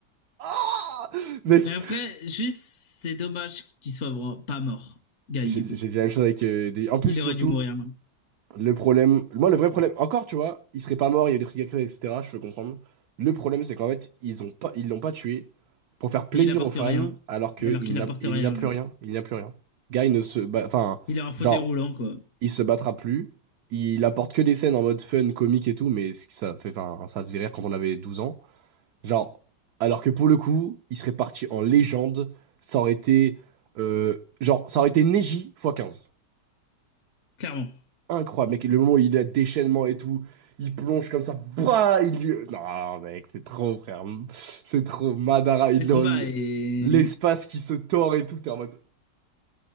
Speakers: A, on the right; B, on the left.
A: Ah Mec,
B: Mais après, juste, c'est dommage qu'il soit vra- pas mort, Guy,
A: j'ai
B: du
A: j'ai
B: coup.
A: dit la même chose avec euh, des. En plus,
B: Il
A: surtout,
B: aurait dû mourir.
A: le problème. Moi, le vrai problème, encore, tu vois, il serait pas mort, il y a eu des trucs à créer, etc. Je peux comprendre. Le problème, c'est qu'en fait, ils ont pas, ils l'ont pas tué pour faire plaisir
B: Et il apporte
A: aux fans,
B: rien.
A: alors qu'il
B: Alors qu'il
A: n'a
B: apporte
A: il
B: rien,
A: n'a plus
B: genre.
A: rien. Il n'a plus rien. Guy ne se. bat- Enfin,
B: Il est en fauteuil
A: genre,
B: roulant, quoi.
A: il se battra plus. Il apporte que des scènes en mode fun, comique et tout, mais ça, fait, enfin, ça faisait rire quand on avait 12 ans. Genre, alors que pour le coup, il serait parti en légende. Ça aurait été. euh, genre, ça aurait été Neji x quinze
B: Clairement.
A: Incroyable, mec. Le moment où il a déchaînement et tout, il plonge comme ça. Bah, il lui. Non, mec, c'est trop, frère. C'est trop. Madara,
B: Ce
A: il
B: combat
A: le-
B: est...
A: l'espace qui se tord et tout. T'es en mode.